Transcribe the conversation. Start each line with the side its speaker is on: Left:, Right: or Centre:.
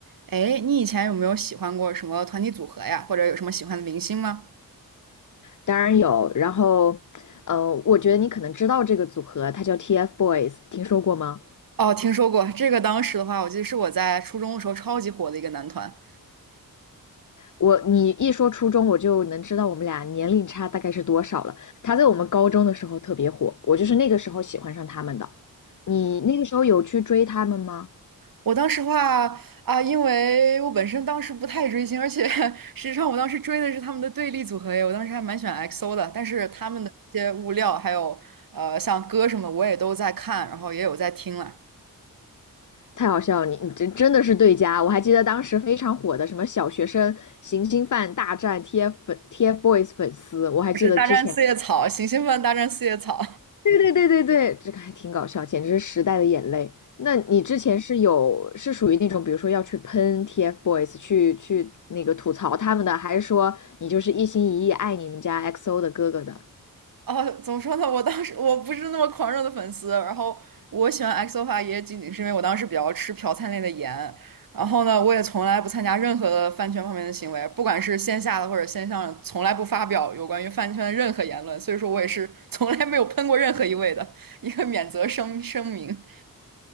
Right: 哎，你以前有没有喜欢过什么团体组合呀？或者有什么喜欢的明星吗？
Left: 当然有。然后，呃，我觉得你可能知道这个组合，它叫 TFBOYS，听说过吗？
Right: 哦，听说过这个。当时的话，我记得是我在初中的时候超级火的一个男团。
Left: 我你一说初中，我就能知道我们俩年龄差大概是多少了。他在我们高中的时候特别火，我就是那个时候喜欢上他们的。你那个时候有去追他们吗？
Right: 我当时话啊，因为我本身当时不太追星，而且 <laughs> 实际上我当时追的是他们的对立组合耶。我当时还蛮喜欢 XO 的，但是他们的一些物料还有呃像歌什么的我也都在看，然后也有在听了。
Left: 太好笑了，你你真真的是对家。我还记得当时非常火的什么小学生行星饭大战 TF 粉 TFBOYS 粉丝，我还记得之前
Right: 就是大战四叶草，行星们大战四叶草。
Left: 对对对对对，这个还挺搞笑，简直是时代的眼泪。那你之前是有是属于那种，比如说要去喷 TFBOYS，去去那个吐槽他们的，还是说你就是一心一意爱你们家 XO 的哥哥的？
Right: 哦，怎么说呢？我当时我不是那么狂热的粉丝，然后我喜欢 x o 的话，也仅仅是因为我当时比较吃朴灿烈的颜，然后呢，我也从来不参加任何的饭圈方面的行为，不管是线下的或者线上的从来不发表有关于饭圈的任何言论，所以说我也是从来没有喷过任何一位的一个免责声声明。